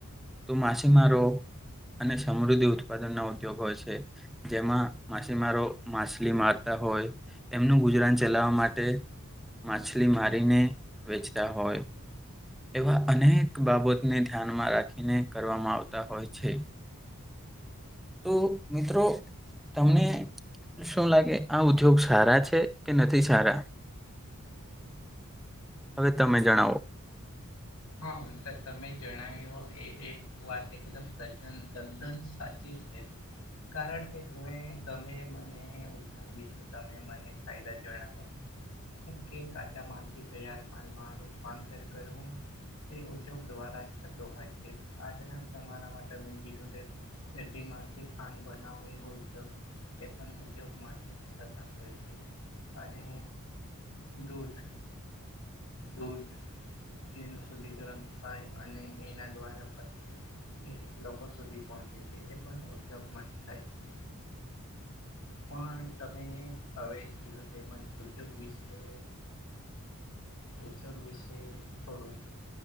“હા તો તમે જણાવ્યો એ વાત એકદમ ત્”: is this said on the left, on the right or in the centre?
Left